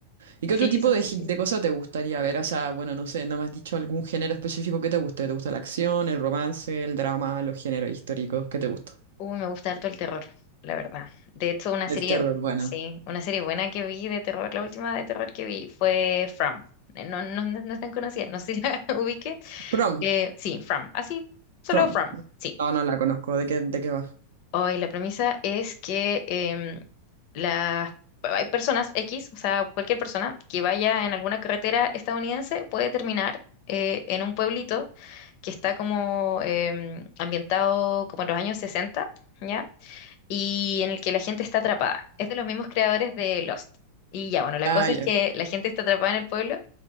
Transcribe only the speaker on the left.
Sí,
eso
sí.
Uy, me gusta harto el terror, la verdad. De hecho, una
serie,
sí, una serie buena que vi de terror, la última de terror que vi fue From. Eh, No, no, no, no es tan conocida, no sé si la <laughs> ubique.
Eh, sí, From, así, solo
From, sí.
Hoy la premisa es que em, las, hay personas X, o sea, cualquier persona que vaya en alguna carretera estadounidense puede terminar eh, en un pueblito que está como em, ambientado como en los años 60, ¿ya? y en el que la gente está atrapada. Es de los mismos creadores de Lost. Y ya, bueno, la
cosa
es que la gente está atrapada en el pueblo